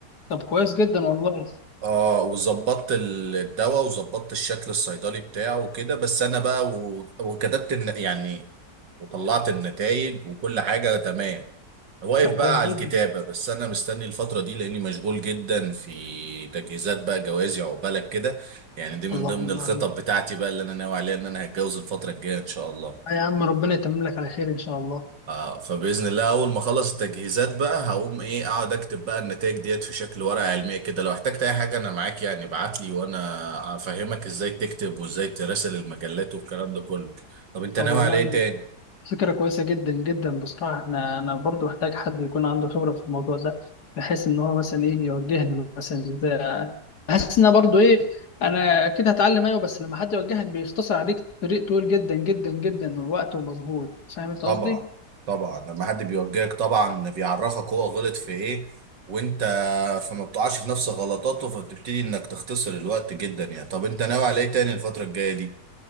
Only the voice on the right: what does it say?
اه وظبطت ال- الدواء وظبطت الشكل الصيدلي بتاعه وكده بس انا بقى و... وكتبت الن... يعني وطلعت النتائج وكل حاجة تمام واقف
بقى
على
الكتابة بس انا مستني الفترة دي لاني مشغول جدا في تجهيزات بقى جوازي عقبالك كده يعني دي من
ضمن
الخطط بتاعتي بقى اللي انا ناوي عليها ان انا هتجوز الفترة الجاية ان شاء الله
اه فباذن الله اول ما اخلص التجهيزات بقى هقوم ايه اقعد اكتب بقى النتائج ديت في شكل ورقه علميه كده لو احتجت اي حاجه انا معاك يعني ابعت لي وانا افهمك ازاي تكتب وازاي تراسل المجلات والكلام ده كله طب انت
ناوي
على ايه تاني
طبعا
طبعا لما حد بيوجهك طبعا بيعرفك هو غلط في ايه وانت فما بتقعش في نفس غلطاته فبتبتدي انك تختصر الوقت جدا يعني طب انت ناوي على ايه تاني الفتره الجايه دي